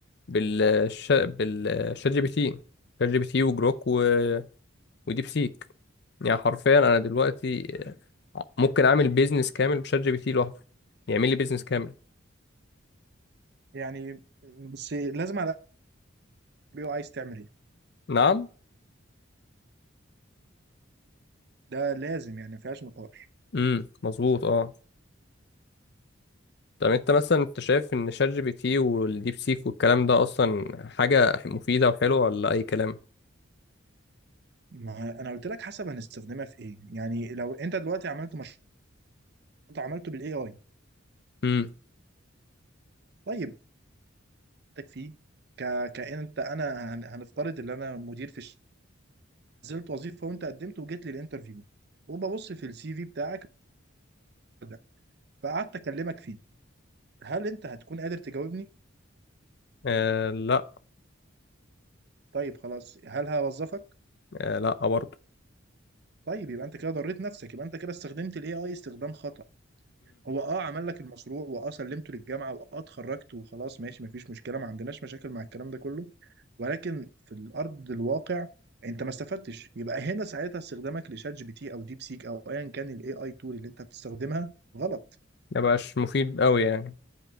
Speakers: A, on the left (about 55°); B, on the right (about 50°).
A: بالش... بالشات جي بي تي شات جي بي تي وجروك و... وديب سيك يعني حرفيا انا دلوقتي ممكن اعمل بيزنس كامل بشات جي بي تي لوحده يعمل لي بيزنس كامل
B: يعني بس لازم على الاقل عايز تعمل ايه
A: نعم
B: ده لازم يعني ما فيهاش نقاش
A: امم مظبوط اه طب انت مثلا انت شايف ان شات جي بي تي والديب سيك والكلام ده اصلا حاجة مفيدة وحلوة ولا اي كلام
B: ما انا قلت لك حسب هنستخدمها في ايه يعني لو انت دلوقتي عملت مشروع عملته بالاي اي
A: امم
B: طيب انتك فيه ك... كأن انت انا هن... هنفترض ان انا مدير في الشركه نزلت وظيفه وانت قدمت وجيت لي الانترفيو وببص في السي في بتاعك ده فقعدت اكلمك فيه هل انت هتكون قادر تجاوبني
A: آه لا
B: طيب خلاص هل هوظفك
A: آه لا برضو
B: طيب يبقى انت كده ضريت نفسك يبقى انت كده استخدمت الاي اي استخدام خطأ هو اه عمل لك المشروع واه سلمته للجامعه واه اتخرجت وخلاص ماشي مفيش مشكله ما عندناش مشاكل مع الكلام ده كله ولكن في الارض الواقع انت ما استفدتش يبقى هنا ساعتها استخدامك لشات جي بي تي او ديب سيك او ايا كان الاي اي تول اللي انت بتستخدمها غلط
A: ما بقاش مفيد قوي يعني